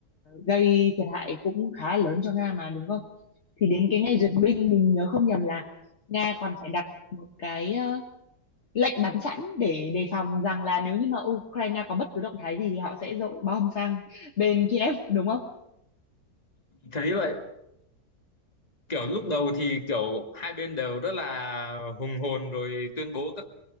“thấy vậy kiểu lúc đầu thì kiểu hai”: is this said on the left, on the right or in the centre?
Left